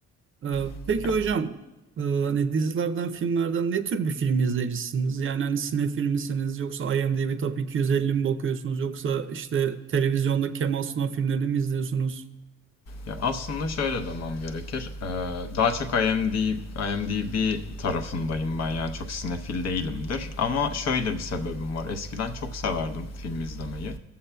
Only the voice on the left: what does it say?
<laughs>
Ya aslında şöyle demem gerekir. Ee, daha çok IMD, IMDb tarafındayım ben yani çok sinefil değilimdir. Ama şöyle bir sebebim var. Eskiden çok severdim film izlemeyi.